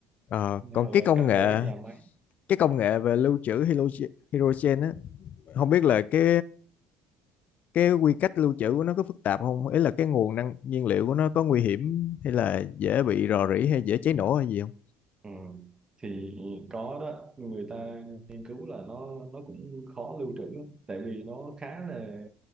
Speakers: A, on the left; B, on the right.
A: Ờ, còn
B: hoặc
A: cái
B: là
A: công
B: cấp
A: nghệ
B: cho các nhà máy
A: cái công nghệ về lưu trữ hydrogen hydrogen á không biết là cái cái quy cách lưu trữ của nó có phức tạp không ý là cái nguồn năng nhiên liệu của nó có nguy hiểm hay là dễ bị rò rỉ hay dễ cháy nổ hay gì không
B: ừ. thì có đó người ta nghiên cứu là nó nó cũng khó lưu trữ lắm. tại vì nó khá là